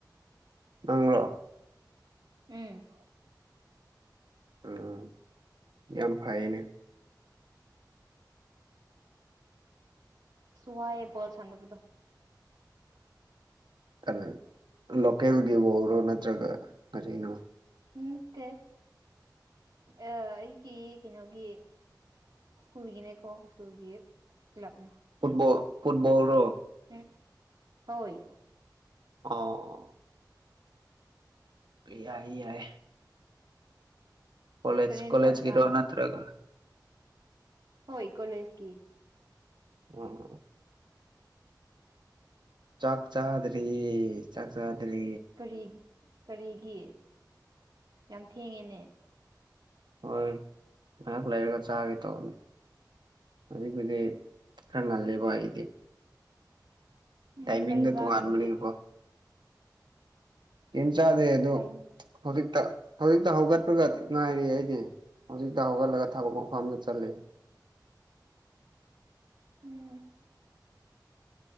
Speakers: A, on the right; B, on the right.
A: ꯅꯪꯔꯣ
B: ꯎꯝ
A: ꯎꯝ ꯌꯥꯝ ꯐꯩꯌꯦꯅꯦ
B: ꯋꯥꯏꯌꯦ ꯕꯣꯜ ꯁꯥꯟꯅꯕꯗꯣ
A: <unintelligible> ꯂꯣꯀꯦꯜꯒꯤ ꯕꯣꯜꯔꯣ ꯅꯠꯇ꯭ꯔꯒ ꯀꯔꯤꯅꯣ
B: ꯅꯇꯦ ꯑ ꯑꯩꯒꯤ ꯀꯩꯅꯣꯒꯤ ꯁ꯭ꯀꯨꯜꯒꯤꯅꯦꯀꯣ ꯁ꯭ꯀꯨꯜꯒꯤ ꯀꯂꯞꯅꯦ
A: ꯐꯨꯠꯕꯣꯜ ꯐꯨꯠꯕꯣꯜꯔꯣ
B: ꯎꯝ ꯍꯣꯏ
A: ꯑ ꯌꯥꯏ ꯌꯥꯏ ꯀꯣꯂꯦꯖ
B: ꯀꯔꯤ ꯌꯦꯟꯁꯥꯡ
A: ꯀꯣꯂꯦꯖ
B: ꯆꯥꯕ꯭ꯔꯣ
A: ꯒꯤ ꯔꯣ ꯅꯠꯇ꯭ꯔꯒ
B: ꯍꯣꯏ ꯀꯣꯂꯦꯖꯀꯤ
A: <unintelligible> ꯆꯥꯛ ꯆꯥꯗꯔꯦ ꯆꯥꯛ ꯆꯥꯗꯔꯤ
B: ꯀꯔꯤ ꯀꯔꯤꯒꯤ ꯌꯥꯝ ꯊꯦꯡꯉꯦꯅꯦ
A: ꯍꯣꯏ ꯉꯥꯏꯍꯥꯛ ꯂꯩꯔꯒ ꯆꯥꯒꯦ ꯇꯧꯅꯤ ꯍꯧꯖꯤꯛ ꯄꯨꯗꯤ ꯈꯔ ꯉꯜꯂꯦꯕ ꯑꯩꯗꯤ
B: ꯎꯝ
A: ꯇꯥꯏꯃꯤꯡꯗꯣ
B: ꯀꯔꯤ ꯆꯥꯔꯨꯕꯒꯤ
A: ꯇꯣꯉꯥꯟꯕꯅꯤꯅꯀꯣ ꯀꯩꯝ ꯆꯥꯗꯦ ꯑꯗꯣ
B: ꯇꯥꯏꯃꯤꯡ
A: ꯍꯧꯖꯤꯛꯇ ꯍꯧꯖꯤꯛꯇ ꯍꯧꯒꯠꯄꯒ ꯉꯥꯏꯔꯤ ꯑꯩꯗꯤ ꯍꯧꯖꯤꯛꯇ ꯍꯧꯒꯠꯂꯒ ꯊꯕꯛ ꯃꯐꯝꯗ ꯆꯠꯂꯤ
B: ꯎꯝ